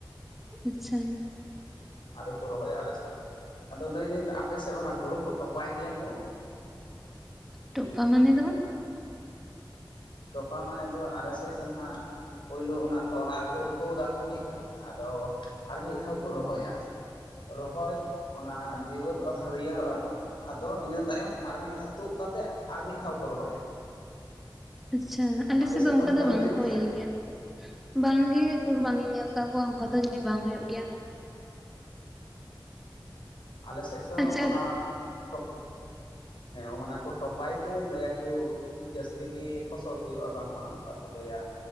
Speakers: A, in the centre; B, on the left (about 75°).
A: ᱟᱪᱪᱷᱟ᱾
B: ᱟᱫᱚ ᱠᱚ ᱨᱚᱦᱚᱭᱟ ᱟᱞᱮ ᱥᱮᱫ ᱫᱚ, ᱟᱫᱚ ᱞᱟᱹᱭᱫᱟᱹᱧ ᱟᱯᱮ ᱥᱮᱫ ᱚᱱᱟ ᱦᱩᱲᱩ ᱠᱚ ᱴᱚᱯᱟᱭ ᱜᱮᱭᱟ ᱠᱚ?
A: ᱴᱚᱯᱟ ᱢᱟᱱᱮ ᱫᱚ?
B: ᱴᱚᱯᱟ ᱢᱟᱱᱮ ᱫᱚ ᱟᱞᱮ ᱥᱮᱫ ᱫᱚ ᱱᱟᱦᱟᱜ ᱯᱳᱭᱞᱳ ᱚᱱᱟ ᱛᱚᱞᱟ ᱠᱚ ᱛᱳᱫᱼᱟᱠᱚ ᱢᱤᱫ ᱫᱷᱟᱣ ᱟᱫᱚ ᱟᱨ ᱢᱤᱫ ᱫᱷᱟᱣ ᱠᱚ ᱨᱚᱦᱚᱭᱟ᱾ ᱨᱚᱦᱚᱭ ᱚᱱᱟ ᱡᱤᱣᱮᱹᱫᱚᱜᱼᱟ ᱦᱟᱹᱨᱭᱟᱹᱲᱚᱜᱼᱟ ᱟᱫᱚ ᱤᱱᱟᱹ ᱛᱟᱭᱚᱢ ᱟᱨ ᱢᱤᱫ ᱫᱷᱟᱣ ᱛᱳᱜ ᱠᱟᱛᱮᱫ ᱟᱨ ᱢᱤᱫ ᱫᱷᱟᱣ ᱠᱚ ᱨᱚᱦᱚᱭᱟ᱾
A: ᱟᱪᱪᱷᱟ ᱟᱞᱮ
B: ᱟᱯᱮ
A: ᱥᱮᱫ ᱫᱚ ᱚᱝᱠᱟ
B: ᱚᱱᱠᱟ
A: ᱫᱚ ᱵᱟᱝ
B: ᱦᱩᱭᱩᱜ
A: ᱠᱚ ᱤᱭᱟᱹᱭ ᱜᱮᱭᱟ᱾ ᱵᱟᱝ ᱜᱮ ᱩᱠᱩᱨ ᱵᱟᱝ ᱤᱧ ᱧᱮᱞ ᱟᱠᱟᱫ ᱠᱚᱣᱟ, ᱚᱱᱠᱟ ᱫᱚ ᱡᱟᱹᱱᱤᱡ ᱵᱟᱝ ᱦᱳᱭᱳᱜ ᱜᱮᱭᱟ᱾
B: ᱟᱞᱮ ᱥᱮᱫ ᱫᱚ
A: ᱟᱪᱪᱷᱟ
B: ᱚᱱᱟ ᱴᱚᱯ ᱦᱮᱸ ᱚᱱᱟ ᱠᱚ ᱴᱚᱯᱟᱭ ᱛᱮ ᱞᱟᱹᱭ ᱟᱠᱩ ᱡᱟᱹᱥᱛᱤ ᱜᱤ ᱯᱷᱚᱥᱚᱞ ᱦᱩᱭᱩᱜᱼᱟ, ᱵᱟᱝᱢᱟ ᱚᱝᱠᱟ ᱠᱚ ᱞᱟᱹᱭᱟ᱾